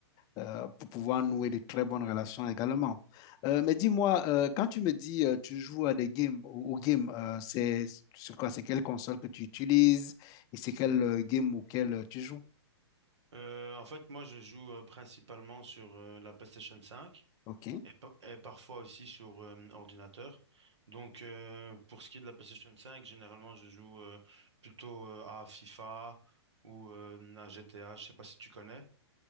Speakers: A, on the left; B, on the right.
A: euh, pour pouvoir nouer de très bonnes relations également. Euh, mais dis-moi, euh, quand tu me dis euh, tu joues à des games, au, au game, euh, c'est c'est quoi, c'est quelle console que tu utilises et c'est quel euh, game auquel euh, tu joues?
B: Euh, en fait, moi, je joue euh, principalement sur euh, la PlayStation 5.
A: Ok.
B: et, pa- et parfois aussi sur euh, ordinateur. Donc, euh, pour ce qui est de la PlayStation 5, généralement, je joue euh, plutôt euh, à FIFA ou euh, à GTA. Je sais pas si tu connais.